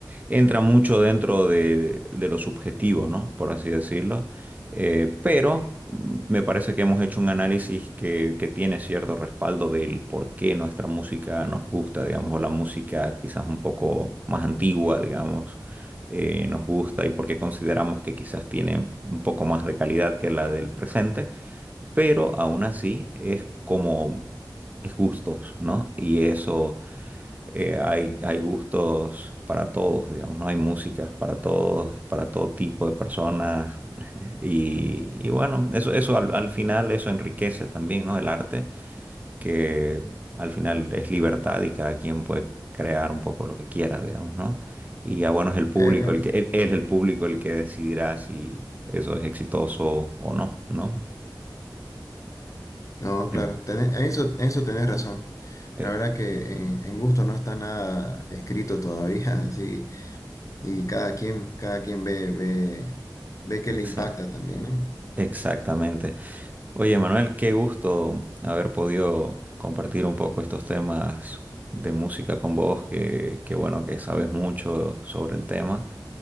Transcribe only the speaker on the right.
entra mucho dentro de, de lo subjetivo, ¿no? Por así decirlo. Eh, pero mm, me parece que hemos hecho un análisis que, que tiene cierto respaldo del por qué nuestra música nos gusta, digamos, o la música quizás un poco más antigua, digamos. eh, nos gusta y por qué consideramos que quizás tiene un poco más de calidad que la del presente pero aún así es como, es gustos, ¿no? Y eso, eh, hay, hay gustos para todos, digamos, ¿no? Hay músicas para todos, para todo tipo de personas, <laughs> y, y bueno, eso, eso al, al final, eso enriquece también, ¿no? El arte, que al final es libertad y cada quien puede crear un poco lo que quiera, digamos, ¿no? Y ya bueno, es el público
el que, es el público el que decidirá si eso es exitoso o no, ¿no?
En-
eh,
Exa-
Exactamente. Oye, Manuel, qué gusto haber podido compartir un poco estos temas de música con vos, que, que bueno, que sabes mucho sobre el tema.